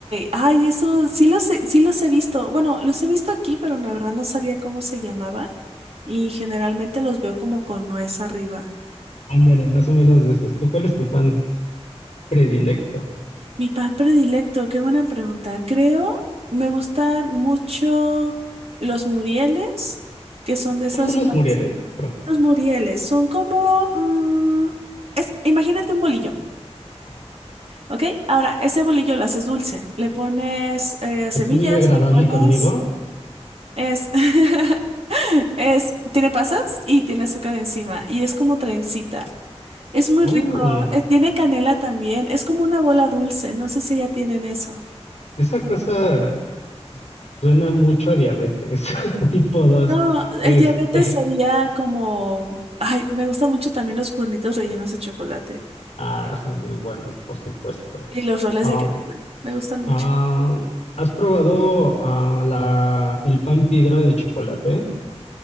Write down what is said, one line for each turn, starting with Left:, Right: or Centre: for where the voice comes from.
Right: ay, eso sí los he, sí los he visto. Bueno, los he visto aquí, pero la verdad no sabía cómo se llamaban y generalmente los veo como con nuez arriba.
Left: Ándale, más o menos de esos. ¿Tú cuál es tu pan predilecto?
Right: Mi pan predilecto, qué buena pregunta. Creo me gustan mucho los murieles, que son de esos
Left: ¿Cuáles son los murieles? Perdón.
Right: los murieles, son como mm, es, imagínate un bolillo,
Left: Ajá.
Right: ¿ok? Ahora, ese bolillo lo haces dulce, le pones eh,
Left: ¿Es
Right: semillas,
Left: muy agradable
Right: le pones
Left: conmigo?
Right: es <laughs> Es, tiene pasas y tiene azúcar encima y es como trencita. Es muy
Left: Mm,
Right: rico. eh, Tiene canela también. Es como una bola dulce. No sé si ya tienen eso.
Left: esa cosa suena mucho a diabetes, <laughs> tipo dos.
Right: No,
Left: Este,
Right: el diabetes sería como... Ay, me gustan mucho también los cuernitos rellenos de chocolate
Left: ah, son muy buenos, por supuesto.
Right: y los roles
Left: Ah,
Right: de canela. Me gustan mucho.
Left: ah, ¿has probado ah, la, el pan piedra de chocolate?